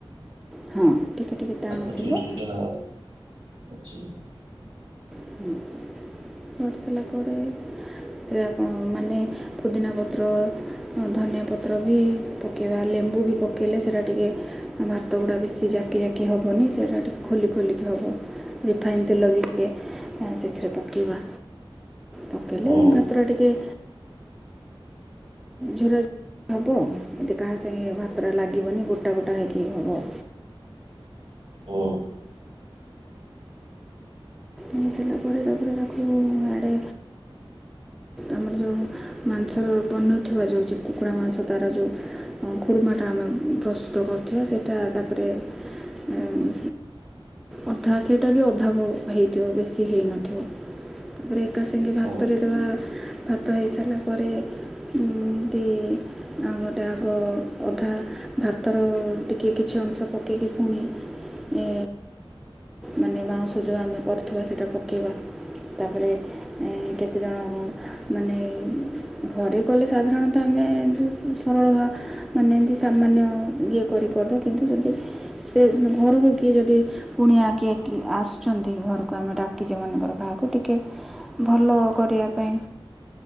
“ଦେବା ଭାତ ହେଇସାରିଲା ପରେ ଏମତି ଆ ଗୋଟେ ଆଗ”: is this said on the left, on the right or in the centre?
Centre